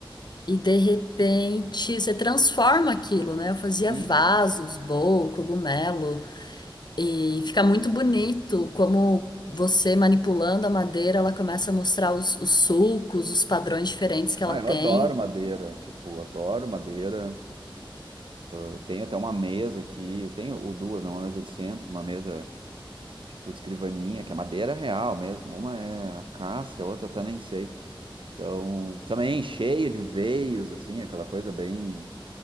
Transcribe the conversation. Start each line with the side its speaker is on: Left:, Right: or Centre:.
Left: e de repente você transforma aquilo, né? Eu fazia
Right: sim.
Left: vasos, bolo, cogumelo e fica muito bonito como você manipulando a madeira, ela começa a mostrar os, os sulcos, os padrões diferentes que ela
Right: Ah,
Left: tem.
Right: eu adoro madeira, tipo, adoro madeira. Eu tenho até uma mesa aqui, tenho ou duas, né? Uma mesa de centro, uma mesa tipo de escrivaninha, que é madeira real mesmo. Uma é acácia, a outra até nem sei. Então, também cheia de veios, assim, aquela coisa bem,